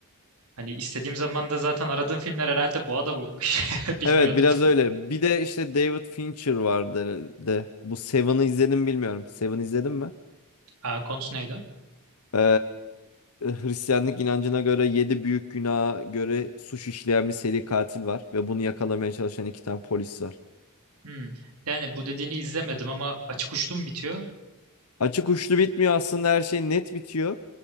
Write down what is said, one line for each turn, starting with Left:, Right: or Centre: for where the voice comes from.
Right: Hani istediğim zaman da zaten aradığım filmler herhalde bu adammış. <laughs> Bilmiyordum.
Left: Evet biraz öyle. Bir de işte David Fincher vardı de. Bu Seven'ı izledim bilmiyorum. Seven izledin mi?
Right: Aa, konusu neydi?
Left: Ee, Hristiyanlık inancına göre yedi büyük günaha göre suç işleyen bir seri katil var ve bunu yakalamaya çalışan iki tane polis var.
Right: Hmm. Yani bu dediğini izlemedim ama açık uçlu mu bitiyor?
Left: Açık uçlu bitmiyor aslında her şey net bitiyor.